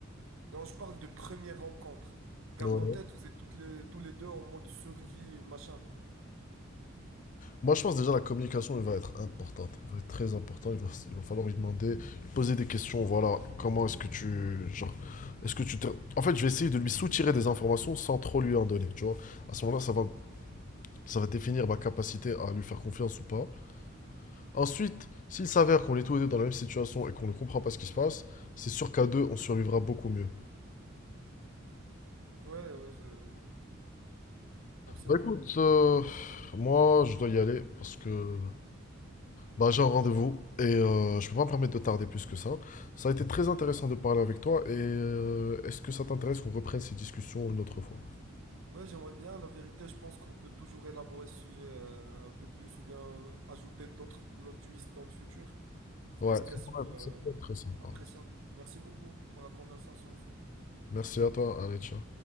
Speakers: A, on the right (about 85°); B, on the left (about 40°).
A: Non, je parle de première rencontre. Garde
B: Ouais.
A: en tête, vous êtes toutes les, tous les deux en mode survie, machin.
B: Moi, je pense déjà la communication elle va être importante, elle va être très importante. Il va, il va falloir lui demander, lui poser des questions. Voilà, comment est-ce que tu, genre, est-ce que tu te- En fait, je vais essayer de lui soutirer des informations sans trop lui en donner. Tu vois, à ce moment-là, ça va, ça va définir ma capacité à lui faire confiance ou pas. Ensuite, s'il s'avère qu'on est tous les deux dans la même situation et qu'on ne comprend pas ce qui se passe, c'est sûr qu'à deux, on survivra beaucoup mieux.
A: Ouais, euh, euh, forcément.
B: Bah écoute, euh, moi, je dois y aller parce que Bah, j'ai un rendez-vous et euh, je peux pas me permettre de tarder plus que ça. Ça a été très intéressant de parler avec toi et euh, est-ce que ça t'intéresse qu'on reprenne ces discussions une autre fois?
A: Ouais, j'aimerais bien. La vérité, je pense qu'on peut toujours élaborer ce sujet euh, un peu plus ou bien euh, ajouter d'autres plot twists dans le futur. C'était
B: Ouais,
A: une
B: ça
A: question
B: pourrait
A: euh,
B: ça pourrait être très sympa.
A: appréciable. Merci beaucoup pour la conversation, surtout.
B: Merci à toi, allez, ciao.